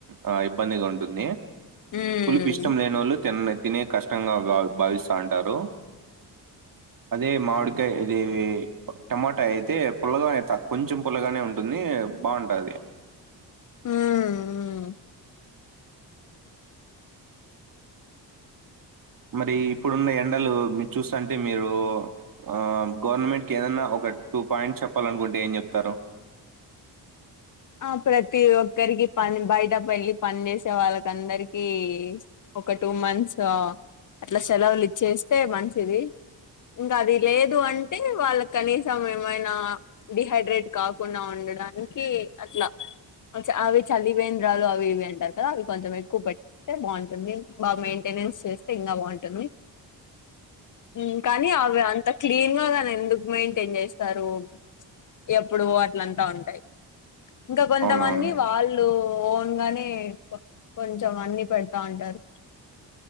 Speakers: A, on the right; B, on the left.
A: ఆ ఇబ్బందిగుంటుంది.
B: హ్మ్.
A: పులిపు ఇష్టం లేనోళ్ళు తినే తినే కష్టంగా భావ్ భవిస్తావుంటారు. అదే మాడి కే ఇది టమాటా అయితే పుల్లగా ఎంతా కొంచెం పుల్లగానే ఉంటుంది బావుంటది.
B: హుమ్మ్ హుహ్
A: మరి ఇప్పుడున్న ఎండలు మీరు చూస్తాంటే మీరు ఆ గవర్నమెంట్ కేదన్నా ఓక్ కట్ టూ పాయింట్స్ చెప్పాలనుకుంటే ఏం జేప్తారు.
B: ఆ ప్రతి ఒక్కరికి పని బయట పెళ్ళి పని చేేసే వాళ్ళకందరికి ఒక టూ మంత్స్ఓ అట్లా సెలవులు ఇచ్చేస్తే మంచిది. ఇంగా అది లేదు అంటే వాళ్ళక్ కనీసం ఏమైనా డిహైడ్రేట్ కాకుండా ఉంన్ డడానికి అట్లా మంచా అవి చలివేంద్రాలు అవి ఇవి అంటారు కదా అవి కొంచెం ఎక్కువ పెడ్తే బావుంటుంది బా మెయింటైన్ నెన్స్ చేస్తే ఇంగా బవుంటుంది. ఉమ్ కానీ అవి అంత క్లి దీనళ్ళగాని ఎందుకు మెయింటైన్ జేస్తారు. ఇగా యప్పుడు అంట్లా అంటా ఉంటాయ్. ఇంకా కొంతమంది
A: అవునవును
B: వాళ్ తో ఓన్గానే కో కొంచెం అన్ని పెడతా ఉంటారు.